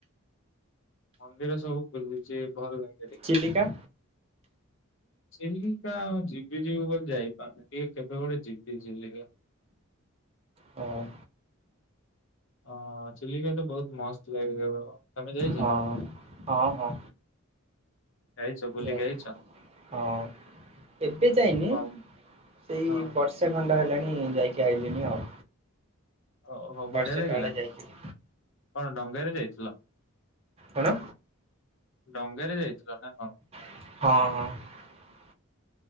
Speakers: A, on the left; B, on the right.
A: ମନ୍ଦିର ସବୁ ବୁଲିଛି ଭଲ ଲାଗୁଛି।
B: ଚିଲିକା
A: ଚିଲିକା ଆଉ ଯିବି ଯିବୁ ବୋଲି ଯାଇପାରୁନି ଟିକେ କେବେ ଗୋଟେ ଯିବି ଚିଲିକା।
B: ହଁ।
A: ହଁ ଚିଲିକା ତ ବହୁତ ମସ୍ତ ଲାଗେ। ତମେ ଯାଇଛ?
B: ହଁ ହଁ ହଁ।
A: ଯାଇଛ ବୁଲିକି
B: ଯାଇ
A: ଆଇଛ।
B: ହଁ ଏବେ ଯାଇନି
A: ହଁ
B: ସେଇ
A: ହଁ
B: ବର୍ଷୈ ଖଣ୍ଡ ହେଲାଣି। ଯାଇକି ଆଇିଲିନି ଆଉ।
A: ଓହୋ
B: ବର୍ଷେ
A: ବଢିଆ ଲାଗିଲା
B: ତଳେ ଯାଇଥିଲି।
A: କଣ ଡଙ୍ଗାରୋରେ ଯାଇଛି ପଥିଲା।
B: କଣ?
A: ଡଙ୍ଗାରେ ଯାଇଥିଲ ନା କଣ?
B: ହଁ।